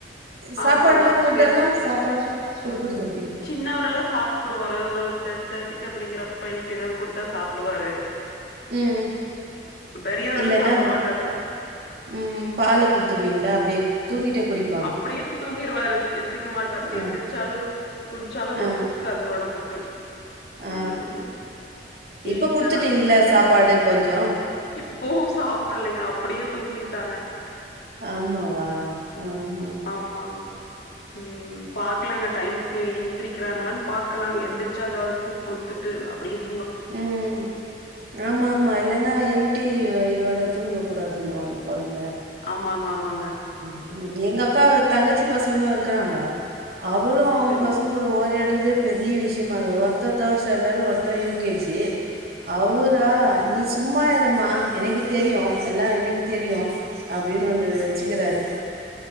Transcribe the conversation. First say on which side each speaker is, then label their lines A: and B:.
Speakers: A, on the right (about 60°); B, on the left (about 60°).
A: சாப்பாட்லா
B: ஆமாங்க
A: ஃபுட்டெல்லா
B: பெரி
A: சாப்பாட்லா குடுக்குறது எப்டி
B: சின்னவரெல்லா சாப்டுவாரு ஒரு டென் தேர்டிக்கு அப்டிங்குறப்ப எழுப்பி எதாவ்து குடுத்தா சாப்டுவாரு
A: ம்.
B: பெரியவரெல்லா
A: இல்லன்னா
B: சாப்புட மாட்டாரு
A: ம் பால குட்த்துருவீங்ளா அப்டியே தூங்கிட்டே குடிப்
B: அப்டியே தூங்கிருவாரு எந்திரிக்க மாட்டாரு
A: ஆ,
B: எந்திரிச்சாலு குடிச்சாலு
A: ஆ,
B: ஒத்துக் காது ஒடம்புக்கு
A: ஆ
B: ம்
A: இப்ப
B: எயிட்
A: குடுத்திட்டீங்கள
B: ஆச்சு
A: சாப்பாடு கொஞ்ச
B: இப்பவு சாப்புட்லயா அப்டியே தூங்கிட்டாங்க
A: ஆமாவா ஆ ஆ
B: ஆமாங் ம் பாக்கலாங்க டைமுக்கு எந்திரிக்கிறாங்களான் பாக்கலா எந்திரிச் ச்சா எதாவ்து குடுத்துட்டு அப்டியேத்
A: ம் ஆமாம்மா இல்லனா எம்டி வயிரோட தூங்கக்கூடாதுன்னுவாங்க கொழந்த
B: ஆமாங்க ஆமாங்க
A: ம் எங்கக்கா தங்கச்சி பசங்களு இருக்குறாங்க அவளு அவ்ங்க
B: சரிங்க
A: பசங்கக்கூட ஓரியாட்றதே பெரிய விஷ்யமாகுது ஒருத்த தேர்ட் ஸ்டாண்டர்டு ஒருத்த யு கே ஜி அவுரா நீ சும்மாயிரம்மா எனக்கு தெரியு எல்லா எனக்கு தெரியு அப்டின் ஒன்னு வெ வெச்சுகிறாரு